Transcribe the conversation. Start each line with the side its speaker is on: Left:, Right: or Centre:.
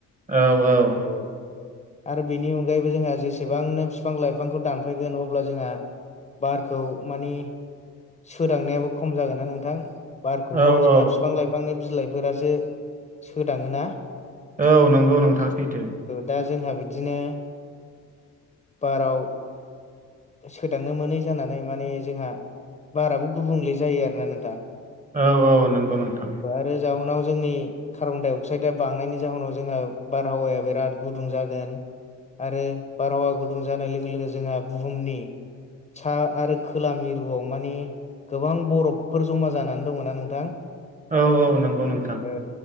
Right: औ औ
Left: औ आरो बिनि अनगायैबो जोंहा जेसेबांनो बिफां लाइफांखौ दानफायगोन अब्ला जोंहा बारखौ मानि सोदांनायाबो खम जागोन ना नोंथां। बारखौथ'
Right: औ
Left: जोंहा
Right: औ
Left: बिफां लाइफांनि बिलाइफोरासो सोदाङोना।
Right: औ नंगौ नोंथां सैथो
Left: दा जोंहा बिदिनो बाराव सोदांनो मोनै जानानै माने जोंहा बाराबो गुबुंले जायो आरोना नोंथां।
Right: औ औ नंगौ नोंथां।
Left: बे जाउनाव जोंनि कार्बन डाइ अक्साइडआ बांनायनि जाहोनाव जोंहा बारहावाया बिराद गुदुं जागोन। आरो बारहावा गुदुं जानाय लोगो लोगो जोंहा बुहुमनि सा आरो खोला मिरुआव माने गोबां बरफफोर जमा जानानै दङना नोंथां?
Right: औ औ नंगौ नोंथां।
Left: औ